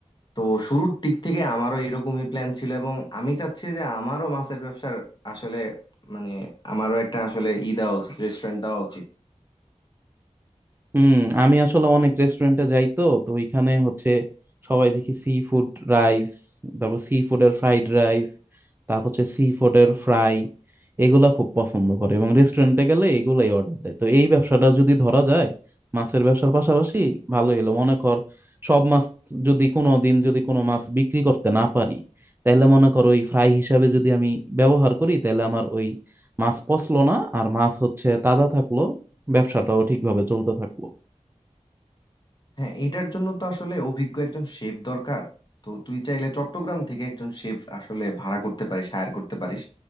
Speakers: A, on the left; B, on the right.
A: তো শুরুর দিক থেকে আমারও এরকমই প্ল্যান ছিল এবং আমি চাচ্ছি যে আমারও মাছের ব্যবসার আসলে মানে আমারও একটা আসলে ই দেওয়া উচিত রেস্টুরেন্ট দেওয়া উচিত
B: হুম আমি আসলে অনেক রেস্টুরেন্টে যাই তো তো ওইখানে হচ্ছে সবাই দেখি সি ফুড রাইস তারপর সি ফুডের ফ্রাইড রাইস তারপর হচ্ছে সি ফুডের ফ্রাই এগুলা খুব পছন্দ করে এবং রেস্টুরেন্টে গেলে এগুলাই অর্ডার দেয় তো এই ব্যবসাটা যদি ধরা যায় মাছের ব্যবসার পাশাপাশি ভালো হলো মনে কর সব মাছ যদি কোনো দিন যদি কোনো মাছ বিক্রি করতে না পারি তাহলে মনে কর ওই ফ্রাই হিসাবে যদি আমি ব্যবহার করি তাহলে আমার ওই মাছ পচলো না আর মাছ হচ্ছে তাজা থাকলো ব্যবসাটাও ঠিকভাবে চলতে থাকলো
A: হ্যাঁ এটার জন্য তো আসলে অভিজ্ঞ একজন শেফ দরকার তো তুই চাইলে চট্টগ্রাম থেকে একজন শেফ আসলে ভাড়া করতে পারিস হায়ার করতে পারিস